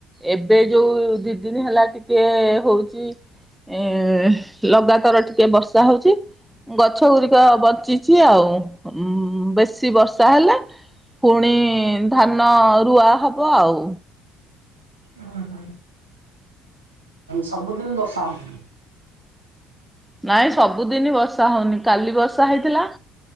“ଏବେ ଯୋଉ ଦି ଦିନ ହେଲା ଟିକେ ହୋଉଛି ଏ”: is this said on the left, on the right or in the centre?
Centre